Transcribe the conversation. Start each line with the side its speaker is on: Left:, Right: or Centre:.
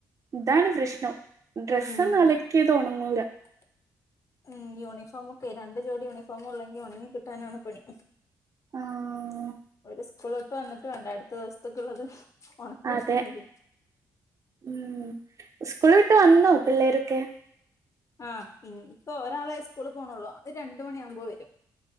Right: താണ് പ്രശ്നം ഡ്രസ്സൊന്ന്
Left: ഉം
Right: അലക്കിയത് ഉണങ്ങില്ല
Left: <unintelligible> ഉം യൂണിഫോമും ഒക്കെ രണ്ട് ജോടി യൂണിഫോമ് ഉള്ളെങ്കിൽ ഉണങ്ങി കിട്ടാനാണ് പണി
Right: ആഹ്
Left: ഒരു സ്കൂള്‌വിട്ട് വന്നിട്ട് വേണ്ടേ അടുത്ത ദിവസത്തേക്കുള്ളള്ളത് ഉണക്കിെടുക്കണമെങ്കിൽ
Right: അതെ ഉം സ്കൂള് വിട്ട് വന്നോ പിള്ളേരൊക്കെ
Left: ആഹ് ഇനിപ്പോ ഒരാളെ സ്കൂള് പോണള്ളൂ അത് രണ്ട് മണിയാവുമ്പോ വരും